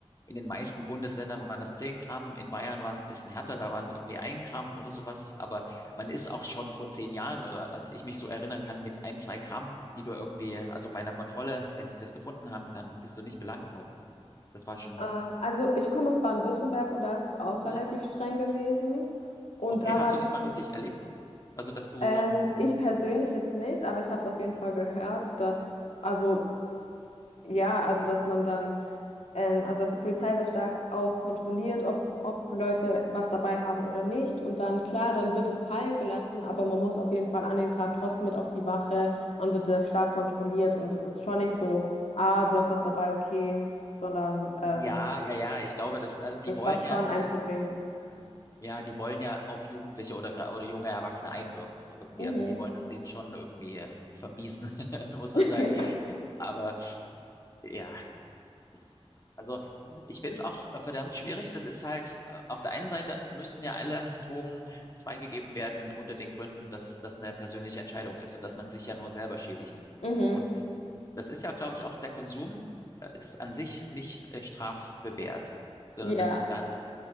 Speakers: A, on the left (about 35°); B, on the left (about 85°).
A: in den meisten Bundesländern waren das 10 Gramm, in Bayern war es ein bisschen härter, da waren es irgendwie ein Gramm oder sowas, aber man ist auch schon vor zehn Jahren oder als ich mich so erinnern kann, mit ein, zwei Gramm, die du irgendwie, also bei einer Kontrolle, wenn die das gefunden haben, dann bist du nicht belangt worden. Das war schon,
B: Äh, also ich komme aus Baden-Württemberg und da ist es auch relativ
A: hm?
B: streng gewesen. Und
A: Okay,
B: da
A: hast
B: war das,
A: du das mal richtig erlebt? Also, dass du,
B: ähm, ich persönlich jetzt nicht, aber ich habe es auf jeden
A: hm?
B: Fall gehört, dass, also ja, also dass man dann, ähm, also dass die Polizei sehr stark auch kontrolliert, ob, ob Leute was dabei haben oder nicht. Und dann, klar,
A: Hm?
B: dann wird es fallen gelassen, aber man muss auf jeden Fall an dem Tag trotzdem mit auf die Wache. Man wird sehr stark kontrolliert und es ist schon nicht so, ah, du hast was dabei, okay, sondern
A: Ja,
B: ähm,
A: ja, ja, ich glaube, das, also die
B: das
A: wollen
B: war schon
A: ja, also,
B: ein Problem.
A: hm, ja, die wollen ja auf Jugendliche oder, gra- oder junge Erwachsene einwirken irgendwie.
B: Mhm.
A: Also, die wollen das denen schon irgendwie äh, vermiesen, <laughs> muss man
B: <laughs>
A: sagen.
B: Ja.
A: Aber ja. Ich, also ich finde es auch äh, verdammt schwierig. Das ist halt, äh, auf der einen Seite müssten ja alle Drogen freigegeben werden unter den Gründen, dass das eine persönliche Entscheidung ist und dass man sich ja nur selber schädigt.
B: Mhm.
A: Und das ist ja, glaube ich, auch der Konsum äh, ist an sich nicht äh, strafbewehrt, sondern
B: Ja.
A: das ist dann